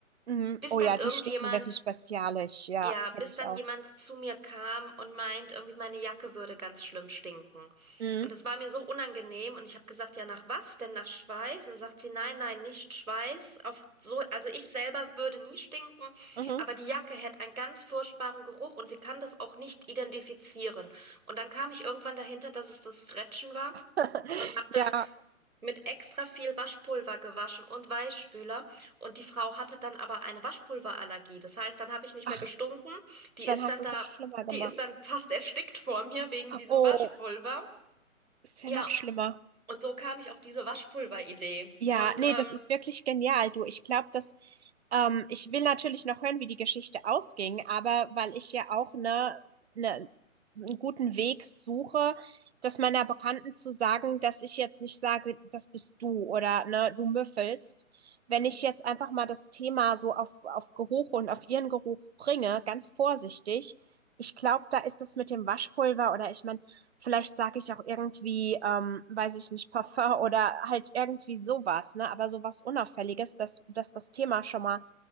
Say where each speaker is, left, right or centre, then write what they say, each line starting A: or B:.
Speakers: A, on the right; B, on the right.
A: Mhm.
B: bis
A: Oh
B: dann
A: ja,
B: irgendjemand
A: die stinken wirklich bestialisch. Ja,
B: Ja, bis
A: kenne ich
B: dann
A: auch.
B: jemand zu mir kam und meint, irgendwie meine Jacke würde ganz schlimm stinken.
A: Mhm.
B: Und das war mir so unangenehm und ich habe gesagt, ja, nach was denn? Nach Schweiß? Und da sagt sie, nein, nein, nicht Schweiß. Auf so, also ich selber würde nie stinken,
A: Mhm.
B: aber die Jacke hätte einen ganz furchtbaren Geruch und sie kann das auch nicht identifizieren. Und dann kam ich irgendwann dahinter, dass es das Frettchen war.
A: <laughs>
B: Und habe dann
A: Ja,
B: mit extra viel Waschpulver gewaschen und Weichspüler. Und die Frau hatte dann aber eine Waschpulverallergie. Das heißt, dann habe ich nicht
A: ach,
B: mehr gestunken. Die
A: dann
B: ist
A: hast
B: dann
A: du
B: da,
A: es noch schlimmer gemacht.
B: die ist dann fast erstickt vor mir wegen diesem
A: Oh,
B: Waschpulver.
A: ist ja
B: Ja,
A: noch schlimmer.
B: und so kam ich auf diese Waschpulveridee.
A: Ja,
B: Und
A: nee,
B: ähm,
A: das ist wirklich genial, du. Ich glaube, dass ähm, ich will natürlich noch hören, wie die Geschichte ausging, aber weil ich ja auch ne, ne, einen guten Weg suche, das meiner Bekannten zu sagen, dass ich jetzt nicht sage, das bist du oder ne, du müffelst. Wenn
B: hm.
A: ich jetzt einfach mal das Thema so auf, auf Geruch und auf ihren Geruch bringe, ganz vorsichtig, ich glaube, da ist das mit dem Waschpulver oder ich meine, Vielleicht sage ich auch irgendwie, ähm, weiß ich nicht, Parfum oder halt irgendwie sowas, ne? Aber sowas Unauffälliges, dass, dass das Thema schon mal